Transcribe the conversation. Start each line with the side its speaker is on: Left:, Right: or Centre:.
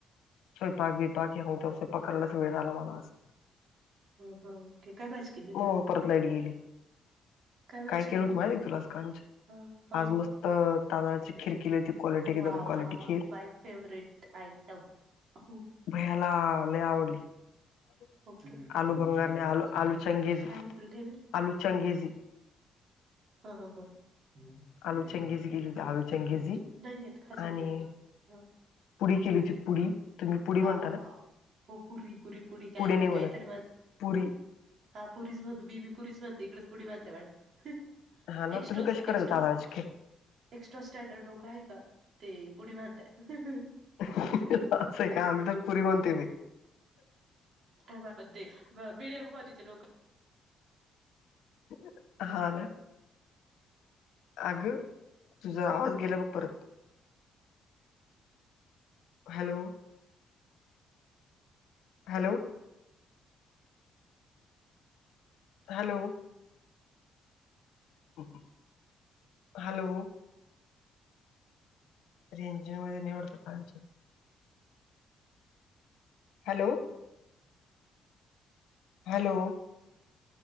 Left: स्वयपाक बियपाक हे होत अस पकलाच वेळ झाला मला आज
Right: ह ह के काय भाजी केली होती
Left: हो
Right: आज?
Left: परत लाईट गेली
Right: भाजी
Left: काय केलं
Right: केली
Left: होत
Right: होती?
Left: माहिते तुला आज कांच
Right: ह ह
Left: आज मस् त तांदळाची खीर केली होती, क्वालिटी एकदम
Right: वा
Left: क्वालिटी
Right: वा वा
Left: खीर
Right: माय फेवरेट आयटम उहू
Left: भैयाला लई आवडली. आलु <inaudible>
Right: ते
Left: आलू
Right: आळूचे
Left: भंगार
Right: वडे काय
Left: नई आलू
Right: संपले?
Left: आलू चंगेजी,
Right: हाय तुला ठेवेल
Left: आलू चंगेजी
Right: ह ह हअ <unintelligible>
Left: आलू चंगेजी केली होती आलू चंगेजी
Right: नाही येत खाजवले
Left: आणि
Right: ते ह
Left: पुडी केली होती पुरी तुमि पुरी म्हण
Right: अव्हा हो पुरी, पुरी, पुडी काय ते
Left: नाही
Right: बई
Left: म्हणत
Right: कायतरी <unintelligible>
Left: पुरी
Right: हा पुरीच म्हणतो, मी बी पुरीच म्हणते, इकडेच पुडी म्हणता वाटत
Left: हा ना
Right: एक्स्ट्रच,
Left: तुम्ही कशी
Right: एक्स्ट्रा.
Left: करता तांदळाची खीर
Right: एक्स्ट्रा स्टँडर्ड लोक आहे का ते पुढे बध द्या.
Left: हह. काय आ्ही तर पुरी म्हणतोय बाई
Right: अ, ब ते,, बीडया पखोरीचे लोकं.
Left: <unintelligible> हा ना आगं तुझा आवाज गेला बग परत हॅलो, हॅलो. हॅलो. <unintelligible> हॅलो. त इंजिन वगैरे निवडतं कालच. हॅलो. हॅलो.